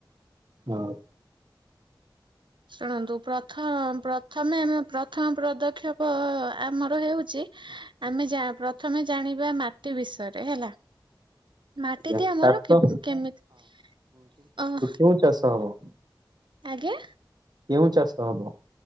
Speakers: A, on the right (about 55°); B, on the right (about 75°).
A: ହଁ।
B: ଶୁଣନ୍ତୁ ପ୍ରଥ ପ୍ରଥମେ ପ୍ରଥମ ପ୍ରଦକ୍ଷ ପ ଆମର ହେଉଚି ଆମେ ପ୍ରଥମେ ଜାଣିବା ମାଟି ବିଷୟରେ ହେଲା। ମାଟିଟି
A: ଆଜ୍ଞା।
B: ଆମର
A: ଚାଷ
B: କିପ୍ କେମିତି ଅ
A: କୋଉ ଚାଷ ହବ?
B: ଆଜ୍ଞା।
A: କେଉଁ ଚାଷ ହବ?